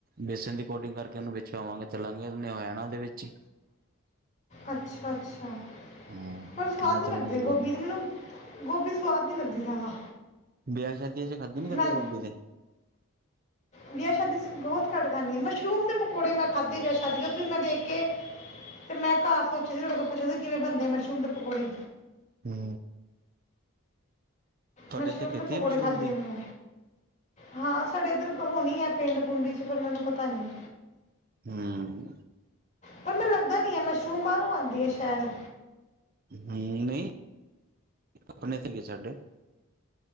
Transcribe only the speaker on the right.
ਬੇਸਨ ਦੀ ਕੋਟਿੰਗ ਕਰਕੇ ਉਹਨੂੰ ਵਿੱਚ ਪਾਵਾਂਗੇ, ਤਲਾਂਗੇ ਉਹ ਆਣਾ ਦੇ ਵਿੱਚ ਹੀ।
ਹਮ
ਉਹਨੂੰ
ਤਲਣ
ਦੀ ਲੋੜ
ਨਹੀਂ
ਵਿਆਹ- ਸ਼ਾਦੀਆਂ ਚ' ਖਾਧੇ ਨੀ ਕਦੇ
ਗੋਭੀ ਤੇ।
ਹੂ ਤੁਹਾਡੇ
ਇੱਥੇ ਖੇਤੀ
ਹੈ ਮਸ਼ਰੂਮ
ਦੀ
ਹੂ
ਹੂ ਨੀ, ਆਪਣੇ ਹੰਦੀ ਏ ਸਾਡੇ।